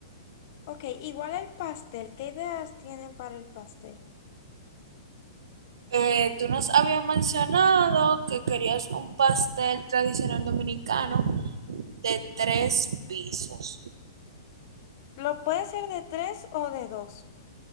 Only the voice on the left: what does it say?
Ok, igual el pastel. ¿Qué ideas tienen para el pastel?
¿Lo puede ser de tres o de dos?